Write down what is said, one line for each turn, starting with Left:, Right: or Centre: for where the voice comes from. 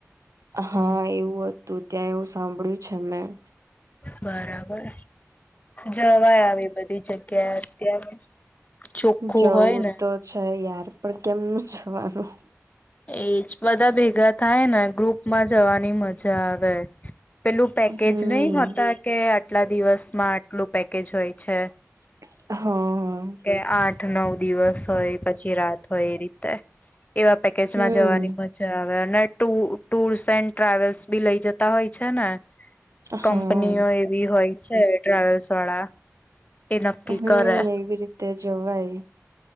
Right: હા,
Left: હમ
Right: એવું હતું, ત્યાં એવું સાંભળ્યું છે મેં.
Left: બરાબર, જવાય આવી બધી જગ્યાએ. ત્યાંરે ચોખ્ખું
Right: જવું
Left: હોય ને.
Right: તો છે યાર પણ કેમનું જવાનું.
Left: એજ બધા ભેગા. થાય ને ગ્રુપ માં જવાની મજા આવે, પેલું પેકેજ
Right: હમ
Left: નહી હોતા? કે આટલા દિવસમાં આટલું પેકેજ હોય છે.
Right: હ
Left: કે આઠ નવ દિવસ હોય, પછી રાત હોય, એ રીતે એવા પેકેજમાં
Right: હમ
Left: જવાની મ જા આવે, અને ટુ ટુર્સ એન્ડ ટ્રાવેલ્સ બી લઇ જતા હોય છે ને. કંપનીઓ
Right: હા
Left: એવી હોય છે, ટ્રાવેલ્સ વાળા એ નક્કી
Right: હમ્મ,
Left: કરે
Right: એવી રીતે જવાય.